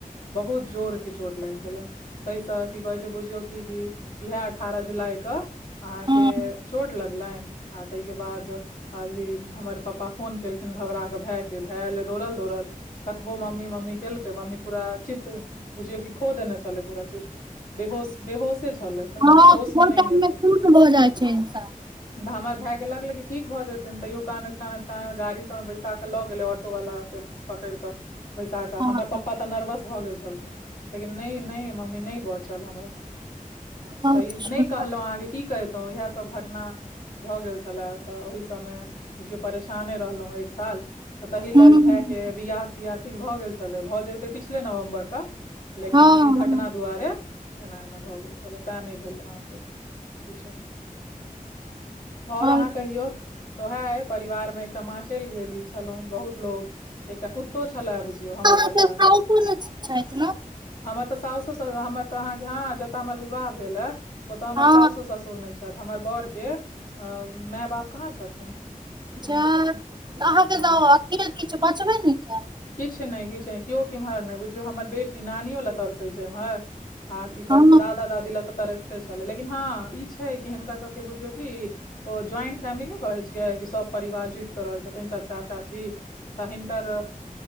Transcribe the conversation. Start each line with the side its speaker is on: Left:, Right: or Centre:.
Left: बहुत जोरके चोट लागि गेलन तास की कहै छै बुझियौ की क इह अठारह जुलाई के अहाँके
Right: हँ
Left: चोट लगलनि आ ताहिके बाद अभी हमर पापा फोन केलखिन घबरा कऽ भायके भाय आएल दौड़ल दौड़ल कतबो मम्मी मम्मीे केलक ममी पूरा चित्त बुझियो की खो देने छल पुरा चित्त बेहोस बेहोसे छै छल कने
Right: हँ
Left: होस मे
Right: ओहि
Left: नय
Right: टाइम
Left: होशमे नहि एलै
Right: शून्य भऽ जाइ छै इंसान
Left: आ हमर भाय के लगलै कि ठीक भऽ जेथिन तैयो कानैत कानैत कानैत गाड़ी सब मे बैसाक लऽ गेलै ऑटो वालला के पकैड़ कऽ बैसा कऽ
Right: हँ
Left: हमर पप्पा तऽ नर्वस भऽ गेल छलखिन लेकिन नय नय मम्मी नय बचल हमर
Right: हँ
Left: तऽ
Right: अच्छा
Left: ई नहि कहलहुँ अहाँके की कहितौ इएहसभ घटना भऽ गेल छलै तऽ ओहि सबमे बुझियौ परेशाने रहलौ एक साल तऽ तहि
Right: हूँ
Left: लेल भएके बियाह तियाह ठीक भऽ गेल छलै भऽ जतै पिछले नवम्बर क लेकिन
Right: हँ हँ
Left: ई घटना दुआरे एना एना भऽ गेल छलै तैं नय भेल अहाँके किछो ओर
Right: आओर
Left: अहाँ कहियौ तऽ उएह परिवार मे एकटा मां चैल गेली छलहुँं बहुत लोग एकटा कु तो छलै बझियौ हमर
Right: अहाँ
Left: परिवार
Right: के साउसो नइ छैथ न
Left: हमर तऽ सााउसो स हमर तऽ अहाँके हँ जतऽ हमर विवाह भेल हे ओतऽ हमर
Right: हँ
Left: साउसो ससुर नय छथि हमर बर के अ माय बाप कहाँ छथिन नहि
Right: जा
Left: छथिन
Right: अहाँके
Left: हँ
Right: त अथी किछ बचबे ने कैल
Left: किछ नहि किछ नहि केओ किम्हर नहि बुझियौ हमर बेटी नानियो ल तरस सै छै इम्हर आ आथी कहे
Right: हँ
Left: छै दादा दादी ले त तरैस्ते छलै लेकिन हँ ई छै कि हिनकर सबके बुझियौ कि ओ ज्वाइंट फैमिली नहि कहै छियै कि सब परिवार जुइट क रहै छथिन चाचा चाची तऽ हिनकर